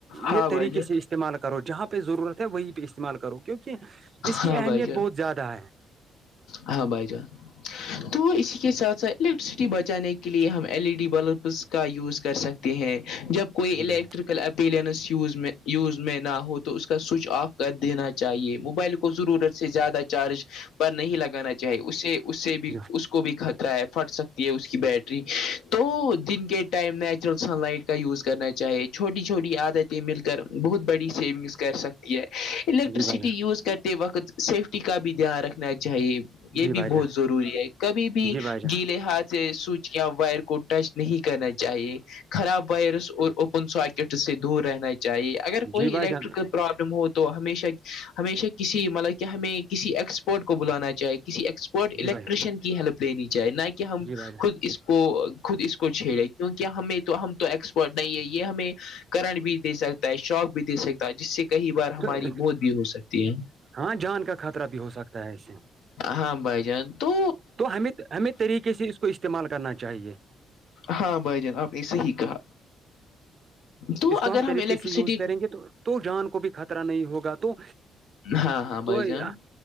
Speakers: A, on the left; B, on the right.
A: ہاں
B: یہ طریقے
A: بھائی جان
B: سے اس استعمال کرو جہاں پہ ضرورت ہے وہیں پہ استعمال کرو کیونکہ اس کی
A: ہاں
B: اہمیت
A: بھائی جان
B: بہت زیادہ ہے
A: ہاں بائی جا تو اسی کے ساتھ ساتھ الیکٹریسٹی بچانے کے لیے ہم ایل ای ڈی بلبس کا یوز کر سکتے ہیں جب کوئی
B: جی
A: الیکٹرک
B: بھائی
A: اپیلینس یوز یوز میں نہ ہو تو اس کا سوئچ آف کر دینا چاہیے موبائل کو ضرورت سے زیادہ چارج پر نہیں لگانا چاہیے اسے اس سے بھی
B: جان
A: اس کو کو بھی خطرہ ہے پھٹ سکتی ہے اس کی بیٹری تو دن کے time natural sunlight use کرنا چاہے چھوٹی چھوٹی عادتیں مل کر بہت بڑی سیونگس کر سکتے الیکٹریسٹی
B: جی بھائی جی
A: یوز کرتے وقت سیفٹی کا بھی دھیان رکھنا چاہیے یہ
B: جی
A: بھی
B: بھائی جان
A: بہت ضروری ہے کبھی بھی
B: جی بھائی جان
A: گیلے ہاتھ سے سوچیاں وائر کو ٹچ نہیں کرنا چاہیے خراب وائرس اور اوپن ساکٹ سے دور رہنا چاہیے اگر کوئی
B: جی بھائی
A: الیکٹرکل
B: جان جی بھائی جان
A: پرابلم ہو تو ہشہ ہمیشہ کسی مطلب کہ ہمیں کسی ایکسپرٹ کو بلانا چاہے کسی ایکسپرٹ الیکٹریشین
B: جی بھائی جان
A: کی ہیلپ لینی چاہے نہ کہ ہم
B: جی بھائی
A: خود اس کو خود اس کو چھیڑے کیونکہ ہمیں تو ہم تو ایکسپرٹ نہیں ہے یہ ہمیں کرٹ بھی دے سکتا ہے شوق بھی دے سکتا جس سے کئی بار
B: جان
A: ہماری موت بھی ہو سکتی ہے
B: ہاں جان کا خطرہ بھی ہو سکتا ہے اس سے
A: ہاں بھائی جان تو
B: تو ہمیں ہمیں طریقے سے اس کو استعمال کرنا چاہیے
A: ہاں بھائی جان آپ نے صحیح کہا تو
B: اس
A: اگر
B: کو ہم طریقے
A: الیکٹرسٹی
B: سے یوز کریں گے تو تو جان کو بھی خطرہ نہیں ہوگا تو
A: ہاں ہاں
B: توئی
A: بھائی جان
B: آ